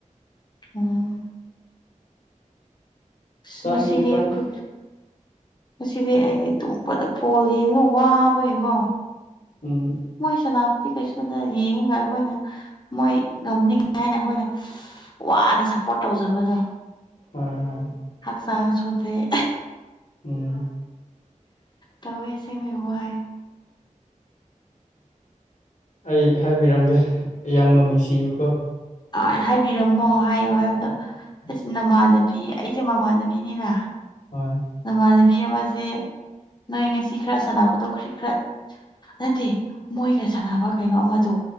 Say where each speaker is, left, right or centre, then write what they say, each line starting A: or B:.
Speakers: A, on the left; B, on the left.
A: ꯎꯝ
B: ꯆꯥꯅꯤꯡꯗꯦꯗ
A: ꯑ ꯉꯁꯤꯗꯤ ꯑꯩꯈꯣꯏ
B: ꯑꯩꯗꯤ
A: ꯉꯁꯤꯗꯤ ꯑꯩꯗꯤ ꯇꯨꯝꯕꯗ ꯐꯣꯜ ꯌꯦꯡꯕ ꯋꯥꯕꯩꯉꯣ
B: ꯎꯝ
A: ꯃꯣꯏ ꯁꯅ ꯁꯤ ꯐꯦꯁꯕꯨꯛꯇ ꯌꯦꯡꯉꯒ ꯑꯩꯈꯣꯏꯅ ꯃꯣꯏ ꯉꯝꯅꯤꯡꯉ ꯍꯥꯏꯅ ꯑꯩꯈꯣꯏꯅ ꯋꯥꯅ ꯁꯄꯣꯔꯠ ꯇꯧꯖꯕꯗꯣ
B: ꯍꯣꯏ ꯍꯣꯏ
A: ꯍꯛꯆꯥꯡ ꯁꯣꯟꯊꯩ
B: ꯎꯝ
A: ꯇꯧꯏ ꯑꯦ ꯁꯦꯡꯕꯩ ꯋꯥꯏ
B: ꯑꯩ ꯍꯥꯏꯕꯤꯔꯝꯒꯦ ꯏꯌꯥꯝꯕ ꯃꯤꯁꯤꯕꯨꯀꯣ
A: ꯑ ꯍꯥꯏꯕꯤꯔꯝꯃꯣ ꯍꯥꯏ ꯍꯥꯏꯕꯗ ꯑꯁ ꯅꯃꯥꯟꯅꯕꯤ ꯑꯩꯁꯦ ꯃꯃꯥꯟꯅꯕꯤꯅꯤꯅ
B: ꯍꯣꯏ
A: ꯅꯃꯥꯟꯅꯕꯤ ꯑꯃꯁꯦ ꯅꯣꯏ ꯉꯁꯤ ꯈꯔ ꯁꯥꯟꯅꯕꯗꯣ ꯈꯤ ꯈꯔ ꯅꯠꯇꯦ ꯃꯣꯏꯒ ꯁꯥꯟꯅꯕ ꯀꯩꯅꯣ ꯑꯃꯗꯣ